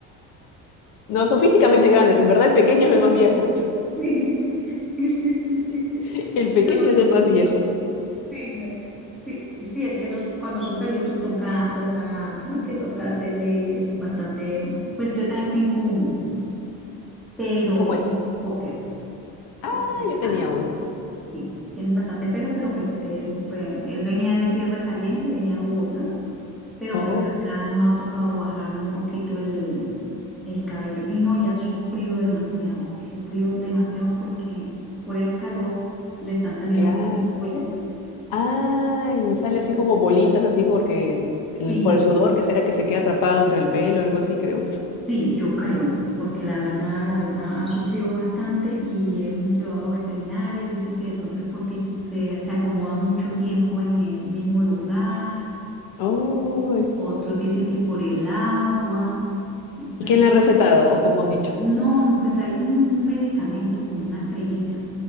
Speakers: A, on the left; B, in the centre.
A: No, son físicamente grandes, en verdad el pequeño es el más viejo.
B: <laughs> Sí, sí, sí, sí, sí.
A: <laughs> El pequeño
B: No,
A: es el más viejo.
B: sí, no. Sí, sí, es que los, cuando son peluditos toca, toca, ¿cómo es que toca hacerles bastante? Pues yo también tengo uno, pero
A: ¿Y cómo es?
B: póker, póker
A: Ah, yo
B: Spaniel.
A: tenía uno.
B: Sí, tienen bastante pelo, pero pues él, bueno, él venía de tierra caliente, venía de Bogotá. Pero
A: Oh,
B: pues acá nos ha tocado bajarle un poquito el, el cabello. Y no, ya ha sufrido demasiado, sufrió demasiado porque por el calor le están saliendo
A: claro.
B: como ollas.
A: Ay, sale así como bolitas, así como porque el-
B: Sí,
A: por el sudor, que será que se queda atrapado entre el pelo o algo así, creo.
B: sí, yo creo, porque la verdad, la verdad ha sufrido bastante y hemos llevado a veterinaria, dicen que de pronto es porque se, se acomoda mucho tiempo en el mismo lugar,
A: Oh, ¿y
B: otros dicen que por el agua, pues
A: quién le ha recetado o cómo han hecho?
B: No, no, pues hay un, un medicamento como una cremita.